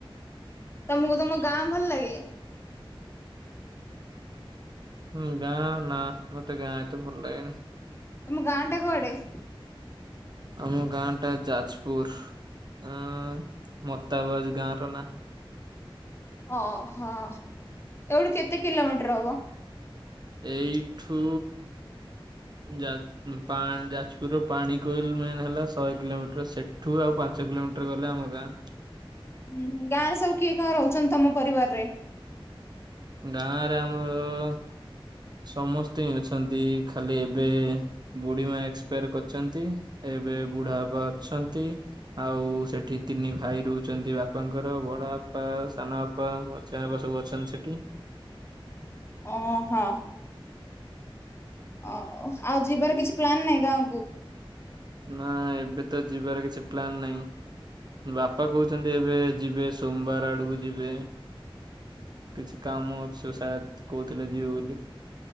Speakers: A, on the left; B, on the right.
A: ତମକୁ ତମ ଗାଁ ଭଲ ଲାଗେ?
B: ହୁଁ ଗାଁ ନା ମୋତେ ଗାଁ ଏତେ ଭଲ ଲାଗେନି।
A: ତମ ଗାଁ ଟା କୁଆଡ଼େ?
B: ଆମ ଗାଁ ଟା ଯାଜପୁର ଅ ମତାବାଜ ଗାଁ ର ନା।
A: ଓହୋ ଏଇଠୁ କେତେ କିଲୋମିଟର ହବ?
B: ଏଇଠୁ ଯାଜ୍ ଯାଜପୁରର ପାଣ କୋଇଲ ମେନ୍ ହେଲା ଶହେ କିଲୋମିଟର ସେଠୁ ଆଉ ପାଞ୍ଚ କିଲୋମିଟର ଗଲେ ଆମ ଗାଁ।
A: ହୁଁ ଗାଁରେ ସବୁ କିଏ କଣ ରହୁଛନ୍ତି ତମ ପରିବାରରେ?
B: ଗାଁରେ ଆମର ସମସ୍ତେ ହି ଅଛନ୍ତି ଖାଲି ଏବେ ବୁଢୀ ମା ଏକ୍ସପାୟାର କରିଛନ୍ତି ଏବେ ବୁଢା ବାପା ଅଛନ୍ତି ଆଉ ସେଠି ତିନି ଭାଇ ରହୁଛନ୍ତି ବାପାଙ୍କର ବଡ ବାପା ସାନ ବାପା ମଝିଆ ଛଆ ବାପା ସବୁ ଅଛନ୍ତି ସେଠି।
A: ଓ ହୋ। ଓ ଆଉ ଯିବାର କିଛି ପ୍ଲାନ ନାଇଁ ଗାଁକୁ?
B: ନା ଏବେ ତ ଯିବାର କିଛି ପ୍ଲାନ ନାହିଁ ବାପା କହୁଛନ୍ତି ଏବେ ଯିବେ ସୋମବାର ଆଡକୁ ଯିବେ କିଛି କାମ ଅଛି ଶାତ୍ କହୁଥିଲେ ଯିବେ ବୋଲି